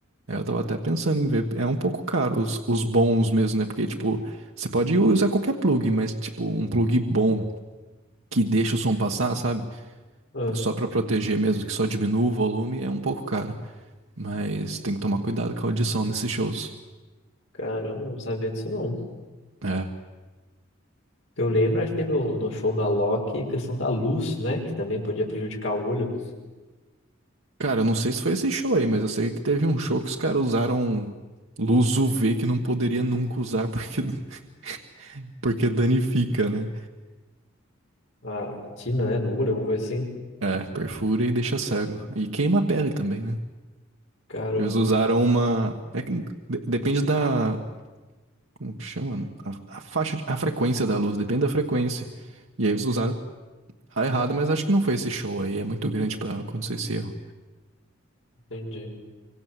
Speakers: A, on the right; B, on the left.
A: Aí Eu tava até pensando em ver, é um pouco caro os, os bons mesmo, né? Porque tipo, você pode usar qualquer plug, mas tipo, um plug bom que deixa o som passar, sabe?
B: Ah,
A: Só pra proteger mesmo, que só diminua o volume, é um pouco caro. Mas tem que tomar cuidado com a audição nesses shows.
B: caramba, eu não sabia disso não.
A: É.
B: Eu lembro, acho que teve o- no show da Loki questão da luz, né? Que também podia prejudicar o olho,
A: Cara, eu não sei se foi esse show aí, mas eu sei que teve um show que os caras usaram luz UV que não poderia nunca usar porque, <laughs> porque danifica, né?
B: a retina, né? Do olho, alguma coisa assim.
A: É, perfura e deixa cego. E queima a pele também, né?
B: Caramba,
A: Eles usaram uma. é que de- depende da. Como que chama? A, a faixa, de- a frequência da luz, depende da frequência. E aí eles usaram Tá errado, mas acho que não foi esse show aí. É muito grande pra acontecer esse erro.
B: entendi.